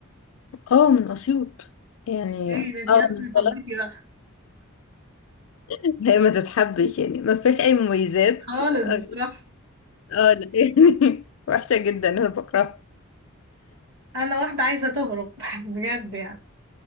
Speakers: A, on the left; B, on the right.
A: اه من اسيوط يعني
B: ايه ده انت
A: اه
B: نفس
A: انا
B: محافظتي
A: طلعت
B: بقى
A: <laughs> هي ما تتحبش يعني ما فيهاش اي مميزات
B: خالص
A: اه
B: بصراحة
A: آه، لا يعني <laughs> وحشه جدا انا بكرهها
B: انا واحدة عايزة تهرب <laughs> بجد يعني